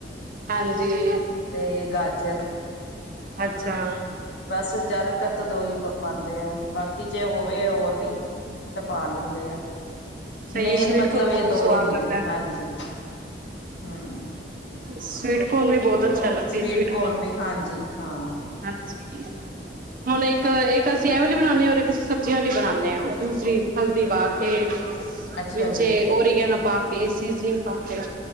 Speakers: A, on the right; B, on the left.
A: ਹਾਂਜੀ।
B: ਤੇ ਗਾਜਰ
A: ਅੱਛਾ।
B: ਬਸ ਜ਼ਿਆਦਾਤਰ ਤਾਂ ਦੋ ਹੀ ਪਾਉਂਦੇ ਆ ਬਾਕੀ ਜੇ ਹੋਵੇ ਹੋਰ ਵੀ ਤਾਂ ਪਾ ਲੈਂਦੇ ਆ।
A: ਸਹੀ
B: ਮੇਨ
A: ਸਵੀਟ
B: ਮਤਲਬ
A: ਕੋਨ
B: ਇਹ
A: ਬਹੁਤ
B: ਦੋ
A: ਸਵਾਦ
B: ਹੀ ਹੁੰਦੇ
A: ਲੱਗਦਾ
B: ਆ ਹਾਂਜੀ ਹਮ।
A: ਸਵੀਟਕੋਨ ਵੀ ਬਹੁਤ ਅੱਛਾ ਲੱਗਦੀ
B: ਸਵੀਟ
A: ਸਵੀਟਕੋਨ
B: ਕੋਨ ਵੀ ਹਾਂਜੀ ਹਾਂ
A: ਹ <unintelligible> ਹੁਣ ਇੱਕ ਇੱਕ ਅਸੀਂ ਇਹ ਵਾਲੀ ਬਣਾਉਦੇ ਹਾਂ ਔਰ ਅਸੀਂ ਸਬਜ਼ੀਆਂ ਵਾਲੀ ਬਣਾਉਂਦੇ ਹਾਂ ਦੂਸਰੀ ਹਲਦੀ ਪਾ ਕੇ
B: ਅੱਛਾ
A: ਵਿੱਚੇ
B: ਜੀ
A: ਓਰੀਗੈਨੌ ਪਾ ਕੇ ਸੀਜਨਿੰਗ ਪਾ ਕੇ